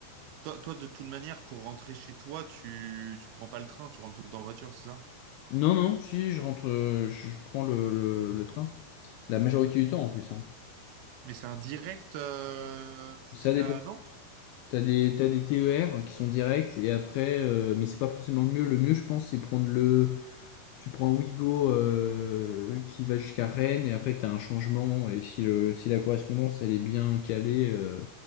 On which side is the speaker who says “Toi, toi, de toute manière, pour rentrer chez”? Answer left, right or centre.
Right